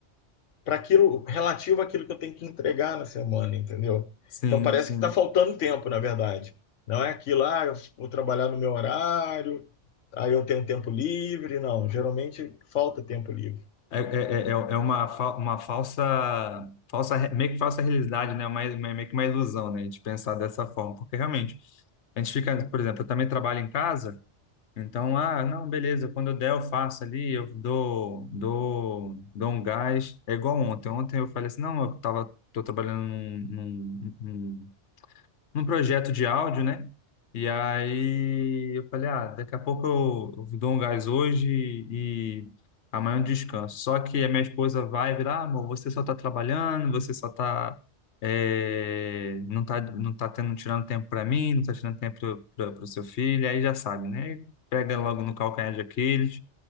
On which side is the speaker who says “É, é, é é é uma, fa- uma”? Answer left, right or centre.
Left